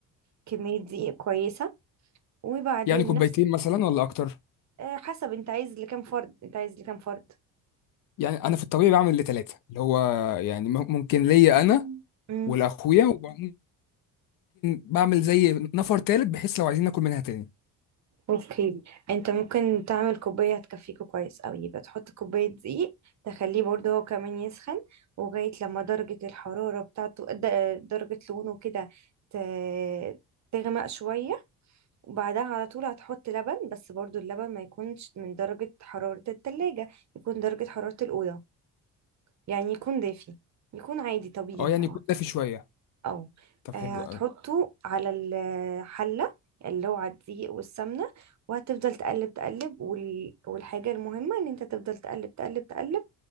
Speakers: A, on the right; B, on the left.
A: كمية دقيق كويسة وبعدين
B: يعني كوبايتين
A: نفسك
B: مثلا ولا اكتر
A: آه، حسب انت عايز لكام فرد انت عايز لكام فرد
B: يعني انا في الطبيعي بعمل لثلاثه اللي هو يعني مم- ممكن ليا انا
A: مم. مم.
B: والاخويا وممكن بعمل زي نفر تالت بحيث لو عايزين ناكل منها تاني
A: اوكي انت ممكن تعمل كوباية هتكفيكوا كويس اوي يبقى تحط كوباية دقيق تخليه برضه هو كمان يسخن وغاية لما درجة الحرارة بتاعته د- درجة لونه كده ت- تغمق شوية وبعدها على طول هتحط لبن بس برضه اللبن ما يكونش من درجة حرارة التلاجة يكون درجة حرارة الأوضة يعني يكون دافي يكون عادي طبيعي
B: اه يعني
A: يعني
B: يكون دافي شويه
A: اه
B: طب
A: آه،
B: حلو
A: هتحطه
B: قوي
A: على الحلة اللي هو على الدقيق والسمنة وهتفضل تقلب تقلب وال... والحاجة المهمة ان انت تفضل تقلب تقلب تقلب